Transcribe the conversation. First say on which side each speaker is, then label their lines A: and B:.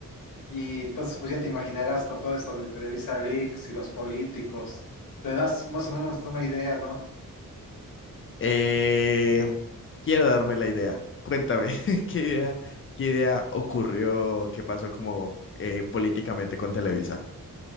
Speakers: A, on the left; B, on the left.
A: Y entonces pues ya te imaginarás con todo esto de Televisa Leaks y los políticos. Te das más o menos una idea, ¿no?
B: Eh, quiero darme la idea. Cuéntame, <laughs> ¿qué idea, qué idea ocurrió? ¿Qué pasó como eh, políticamente con Televisa?